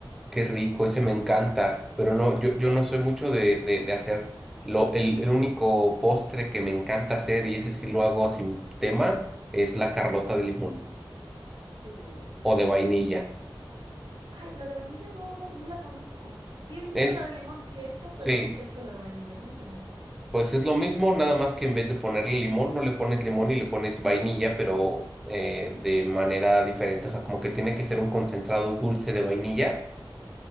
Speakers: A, in the centre; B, on the right.
A: qué rico,
B: Muy rico.
A: ese me encanta, pero no, yo, yo no soy mucho de, de, de hacer. Lo, el, el único postre que me encanta hacer, y ese sí lo hago sin tema, es la Carlota de limón.
B: Uh, sí.
A: o de vainilla.
B: Ay, la de vainilla no, no la conozco. Sí he visto
A: Es,
B: la de limón, sí he hecho, pero
A: sí,
B: nunca he hecho la de vainilla. ¿Cómo se hace?
A: pues es lo mismo, nada más que en vez de ponerle limón, no le pones limón y le pones vainilla, pero eh, de manera diferente. O sea, como que tiene que ser un concentrado dulce de vainilla